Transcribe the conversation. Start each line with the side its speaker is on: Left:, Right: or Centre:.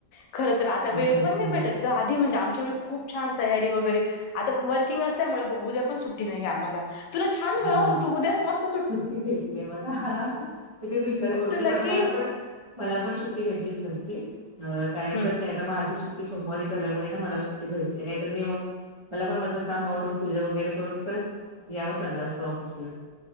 Left: खरं तरं आता
Right: अच्छा
Left: वेळ
Right: अच्छा
Left: पण नाही भेटत गं आधी म्हणजे आमच्या खूप छान तयारी वगैरे आता वर् किंग असल्यामुळे उद्या पण सुट्टी नाहीय आम्हाला तुला छानं गं
Right: हा
Left: उद्याच मस्त!
Right: सुट्टी भेटली मला आ हा हा मी तेच विचार करू
Left: तुला कि
Right: मला पण मला पण सुट्टी. भेटलीच नसती. अ कारण
Left: हम्म
Right: कसायं आता माझी सुट्टी. सुट्टी सोमवारीच झाल्यामुळे ना मला सुट्टी भेटली नाही तर मी मगं मला पण माझं कामावरून पूजा वगैरे करून परत याव लागल असत ऑफिसला.